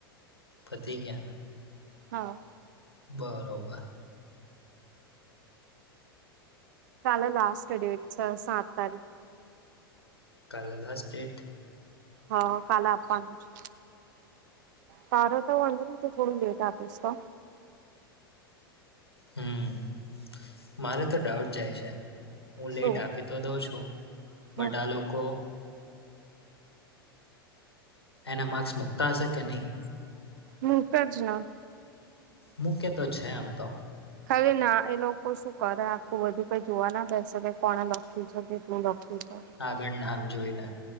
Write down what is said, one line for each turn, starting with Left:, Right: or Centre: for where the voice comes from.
Left: પતી ગયા.
Right: હા.
Left: બરોબર.
Right: કાલે લાસ્ટ ડેટ છે સાત તારીખ
Left: કાલે લાસ્ટ ડેટ.
Right: હા કાલે આપવાનું છે. તારો તો વાંધો નહી તુ થોડું લેટ આપીશ તો
Left: હમ મારે તો ડાઉટ જાય છે હું
Right: શું
Left: લેટ આપી તો દઉં છું
Right: હમ
Left: બટ આ લોકો એના માર્ક્સ મૂકતા હશે કે નહીં.
Right: મુુકેજ ન.
Left: મૂકે તો છે એ એમ તો.
Right: ખાલી ના એ લોકો શું કરે આખું બધું કઈ જોવા ના બેસે કે કોણે લખી છે કે. શુ લખ્યું છે.
Left: આગળ નામ જોઈને